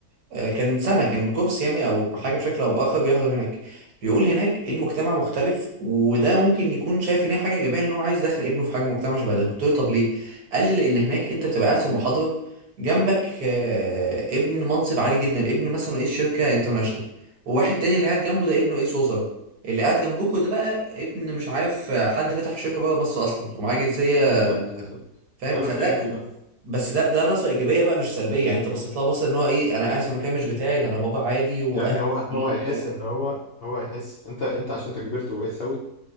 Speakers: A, on the right; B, on the left.
A: آه كان سنه كان كورس يعني او حاجه بشكل او باخر بيحضر هناك بيقول هناك المجتمع مختلف وده ممكن يكون شايف ان هي حاجه ايجابيه ان هو عايز يدخل ابنه في حاجه مجتمع شبه ده قلت له طب ليه قال لي لان هناك انت بتبقى قاعد في المحاضره جنبك آه ابن منصب عالي جدا ابن مثلا رئيس شركه انترناشونال وواحد تاني اللي قاعد جنبه ده ابن رئيس وزراء اللي قاعد جنبكوا ده بقى ابن مش عارف آه، حد فتح شركه بره مصر اصلا ومعاه جنسيه
B: ما بالظبط بالظبط
A: فاهم
B: ده اللي
A: فده
B: بتكلم فيه بقى
A: بس ده ده نظره ايجابيه بقى مش سلبيه يعني انت بصيت لها بصه ان هو ايه انا قاعد في مكان مش بتاعي ده انا بابا عادي واهلي
B: يا ابني هو هو
A: عاديين
B: هيحس
A: وبتاع
B: ان هو هو هيحس انت انت عشان انت كبرت وبقيت سوي